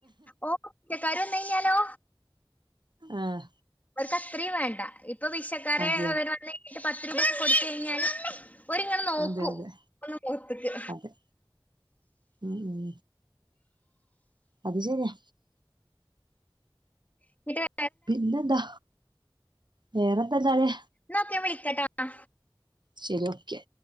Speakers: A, on the left; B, on the right.
A: ഓഹ് സത്യം പിച്ചക്കാര് വന്ന് കഴിഞ്ഞ ലോ?
B: ആഹ്.
A: അവർക്ക് അത്രയും വേണ്ട ഇപ്പോ ഭിക്ഷക്കാര്
B: അതെ
A: അവര്
B: അതെ
A: വന്ന് കഴിഞ്ഞിട്ട് പത്ത് രൂപ കൊടുത്ത് കഴിഞ്ഞാല്. ഒരിങ്ങനെ നോക്കൂ
B: അതെ അതെ
A: ഒന്ന് മുഖത്ത്ക്ക്.
B: അതെ ഉം ഉം. അത് ശരിയാ.
A: ഇങ്ങട്ട് വരു
B: പിന്നെന്താ വേറെ എന്താ വച്ചാല്.
A: എന്നാ ഓക്കെ ഞാൻ വിളിക്കാ കേട്ടോ എന്നാ.
B: ശരി ഓക്കേ.